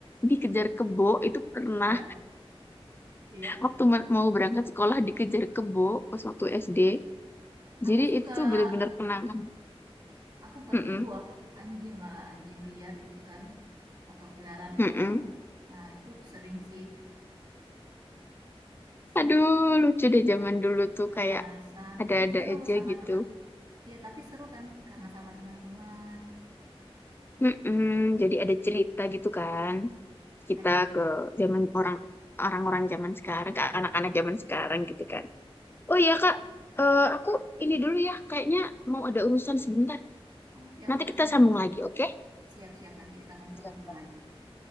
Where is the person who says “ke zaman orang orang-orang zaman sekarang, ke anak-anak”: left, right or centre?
Left